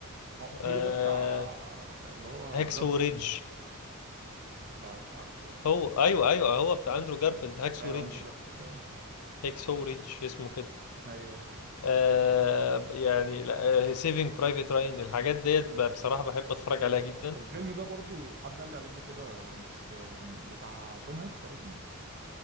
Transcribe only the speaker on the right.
اه
فيوري ده بتاع اللي هو
جارف
لا مش عارفه ده
ايوه
اندرو جارف ده بفتكر
ايوه
هو ده
الفيلم ده برضو حد قال لي عليه قبل كده بس آم، بتاع توم هانكس تقريبا